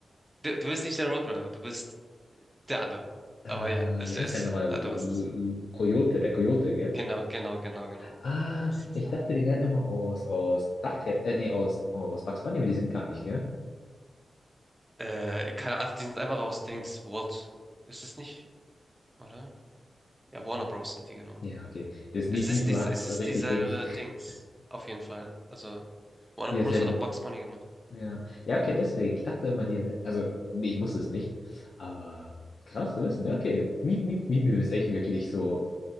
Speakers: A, on the right; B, on the left.
A: Du, du bist nicht der Rottweiler, du bist der andere.
B: Äh,
A: Aber ja, es
B: wie
A: ist.
B: heißt der nochmal?
A: ah, Du hast es.
B: Coyote, der Coyote, gell?
A: Genau, genau, genau, genau.
B: Ah,
A: Also, das ist-
B: ich dachte, die werden immer aus, aus Dach, äh, nee, aus, aus Bugs Bunny, aber die sind gar nicht, gell?
A: äh, keine, also die sind einfach aus Dings. Walt. Ist es nicht, oder? Ja, Warner Bros. sind die, genau.
B: Ja, okay. Das Miep
A: Es ist
B: Miep
A: dies,
B: hat
A: es ist
B: richtig
A: dieselbe
B: Ding. <laughs>
A: Dings. Auf jeden Fall. Also, Warner
B: Ja,
A: Bros.
B: sehr,
A: hat auch Bugs Bunny gemacht.
B: ja. Ja, okay, deswegen. Ich dachte immer, die wären, also, nee, ich wusste es nicht. Aber krass zu wissen, ja, okay. Miep Miep Miep Miep ist echt wirklich so